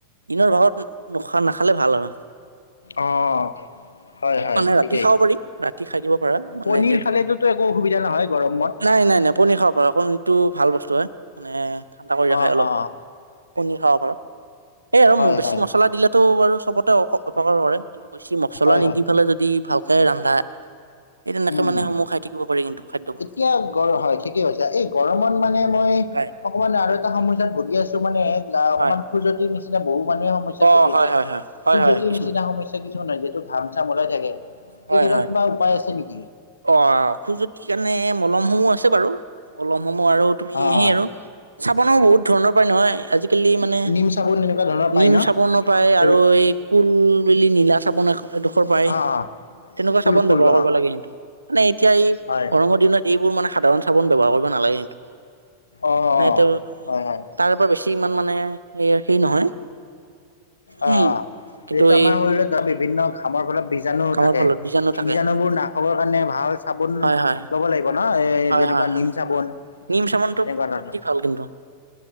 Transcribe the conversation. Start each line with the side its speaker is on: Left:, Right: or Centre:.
Right: দিনৰ ভাগত নোখা নাখালে ভাল আৰু।
Left: অ' হয় হয়
Right: মানে ৰাতি
Left: ঠিকেই
Right: খাব পাৰি ৰাতি খাই দিব।
Left: পনীৰ
Right: যিহ
Left: খালেতোতো একো অসুবিধা নহয় গৰমত
Right: নাই নাই নাই পনী খাব পাৰ কণীটো। ভাল বস্তু হয় মানে ঠাণ্ডা কৰি ৰাখে
Left: অ'
Right: অলপ
Left: অ'
Right: কণী খাব প। সেই আৰু
Left: হয়
Right: বেছি
Left: হয়
Right: মছলা দিলেতো বাৰু চবতে অপকাৰ কৰে। কিন্তু বেছি মছলা
Left: হয়
Right: নিদি
Left: হয়
Right: পেলাই যদি ভালকে ৰান্ধা। এই তেনেকে
Left: উম
Right: মানে সমূহ খাই থাকিব পাৰি কিন্তু খাদ্যবোৰ
Left: এতিয়া গৰ হয় ঠিকেই কছ এই গৰমত। মানে মই
Right: হয়
Left: অকমান আৰু এটা সমস্যাত ভুগি আছো মানে অকমান
Right: হয়
Left: খোজতি নিচিনা বহুত। মানুহে সমস্যাত
Right: অ
Left: ভুগি
Right: হয়
Left: আছে
Right: হয় হয় হয়
Left: ফুলজতি
Right: হয় কিছুমান
Left: নিচিনা সমস্যা কি। য় যিহেতু ঘাম চাম ওাই থাকে
Right: হয়
Left: এই কেত্ৰত
Right: হয়
Left: কিবা উপায় আছে নেকি?
Right: অ খোজুতি কাৰণে মলমসমূহ আছে বাৰু মলম। মম আৰু তুমি
Left: অ',
Right: সেই আৰু চাবোনোও বহুত ধৰণৰ পৰাই নহয় আজি। আজি কালি মানে
Left: নিম চাবোন এনেকুৱা ধৰণৰ পায়
Right: নিম
Left: ন?
Right: চাবন নাপায়
Left: এইবোৰ
Right: আৰু এই কুল বুলি নীলা চাবন। দুখৰ পায়
Left: অ',
Right: তেনেকুৱা
Left: কুল
Right: চাবোন
Left: কুল
Right: ব্যৱহাৰ কৰিব
Left: অ',
Right: লাগে সটো মানে। এতিয়া এই
Left: হয়
Right: গৰমৰ দিনত এইবোৰ মানে সাধাৰণ চাবোন ব্যৱহাৰ কৰিব নালাগে কিন্তু।
Left: অ',
Right: মানেটো
Left: হয় হয়।
Right: তাৰ পৰা বেছি। ইমান মানে হ সেই নহয়।
Left: অ
Right: উম কিন্তু
Left: এইটো আমাৰ
Right: এই
Left: শৰীৰত বিভিন্ন ঘামৰ ফালে। বীজাণু
Right: কামৰ
Left: থাকে
Right: ফলত থাকে
Left: বীজাণু বোৰ নাখাবৰ কাৰণে ভাল চাবোন
Right: হয় হয়
Left: ল'ব লাগিব। ন এ
Right: হয়
Left: যেনেকুৱা
Right: হয় হয়
Left: নিম চাবোন এনেকুৱা
Right: নিম চাবোনটো
Left: ধৰণৰ।
Right: অতি ভাল কিন্তু